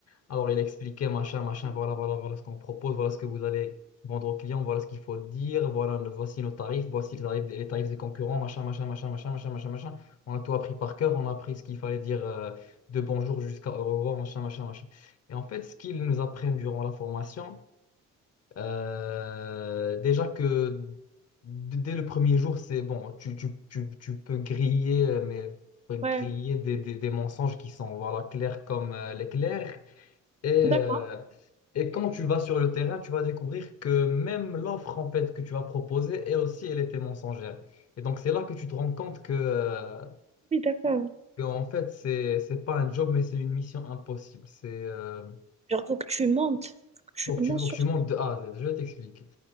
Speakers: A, on the left; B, on the right.
A: Alors, il expliquait, machin, machin, voilà, voilà, voilà ce qu'on propose, voilà ce que vous allez vendre au client voilà ce qu'il faut dire, voilà, le- voici nos tarifs, voici les tarifs, des- les tarifs des concurrents, machin, machin, machin, machin, machin, machin, machin. On a tout appris par cœur, on a appris ce qu'il fallait dire euh, de bonjour jusqu'à au revoir, machin, machin, machin. Et en fait, ce qu'ils nous apprennent durant la formation, euh, déjà que d- dès le premier jour, c'est bon, tu, tu, tu, tu peux griller, euh, mais griller
B: Ouais,
A: des, des, des mensonges qui sont, voilà, clairs comme euh, l'éclair. Et,
B: d'accord.
A: euh, et quand tu vas sur le terrain, tu vas découvrir que même l'offre en fait que tu vas proposer, elle aussi, elle était mensongère. Et donc c'est là que tu te rends compte que, euh,
B: Oui, d'accord.
A: que, en fait, c'est, c'est pas un job, mais c'est une mission impossible. C'est, euh,
B: Genre, faut que tu mentes. Faut que
A: faut que
B: tu
A: tu,
B: mens
A: faut
B: sur
A: que tu
B: ce
A: montes de A à Z. Je vais t'expliquer.